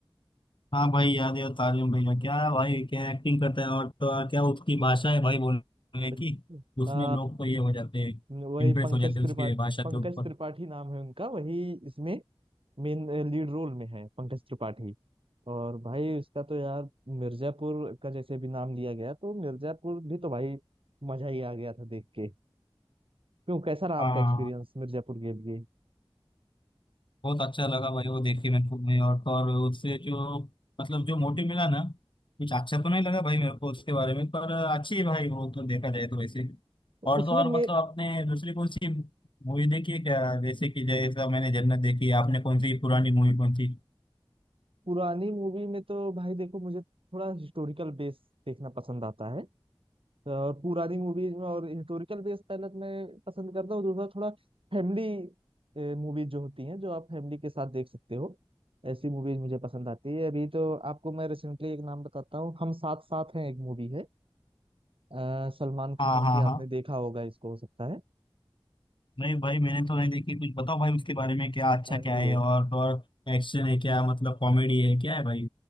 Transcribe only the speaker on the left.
हाँ भाई याद है तारिम भैया क्या भाई क्या एक्टिंग करता है और तो और क्या उसकी भाषा है भाई बोलने
की
उसमें लोग तो ये हो जाते हैं
इम्प्रेस
हो जाते हैं
उसकी भाषा
के ऊपर
हाँ हाँ
हाँ।
बहुत अच्छा लगा भाई वो देख के मेरे को भी। और तो और उससे जो मतलब जो मोटिव मिला ना कुछ अच्छा तो नहीं लगा भाई मेरे को उसके बारे में पर अच्छी है भाई वो तो देखा जाए तो वैसे और
तो और
मतलब आपने दूसरी कौन सी मूवी देखी है क्या जैसे कि जैसा मैंने जन्नत देखी है, आपने कौन सी पुरानी मूवी कौन सी
हाँ
हाँ
हाँ
नहीं भाई मैंने तो नहीं देखी कुछ बताओ भाई उसके बारे में क्या अच्छा
क्या है और तो और एक्शन है क्या मतलब कॉमेडी है क्या है भाई